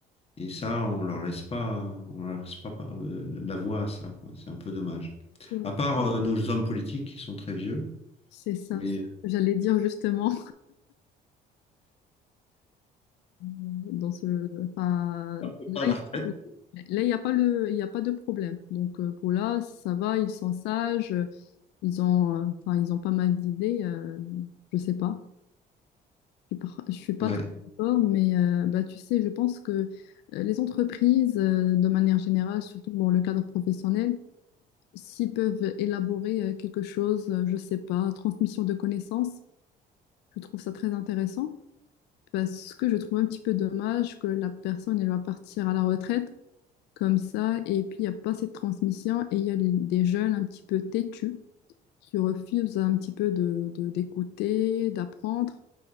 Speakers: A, on the left; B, on the left.
A: Et ça, on leur laisse pas, on leur laisse pas par- euh, la voie à ça, quoi. C'est un peu dommage.
B: Ouais.
A: À part euh, nos hommes politiques qui sont très vieux,
B: C'est ça.
A: mais
B: J'allais dire justement. dans ce, enfin,
A: on ne
B: là,
A: pas à
B: il
A: la retraite.
B: n'y a, y a pas le, il y a pas de problème. Donc, euh, pour là, ça va, ils sont sages, euh, ils ont, euh, enfin, ils ont pas mal d'idées, euh, je sais pas. Je suis pas, je suis pas
A: Ouais.
B: très d'accord, mais euh, bah, tu sais, je pense que euh, les entreprises, euh, de manière générale, surtout dans le cadre professionnel, s'ils peuvent élaborer euh, quelque chose, euh, je sais pas, transmission de connaissances, je trouve ça très intéressant parce que je trouve un petit peu dommage que la personne, elle va partir à la retraite comme ça, et puis il n'y a pas cette transmission, et il y a les- des jeunes un petit peu têtus qui refusent un petit peu de, de- d'écouter, d'apprendre,